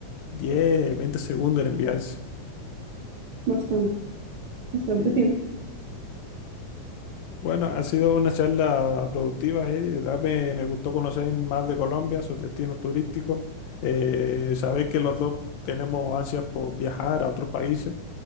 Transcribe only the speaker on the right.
bastante, bastante
tiempo.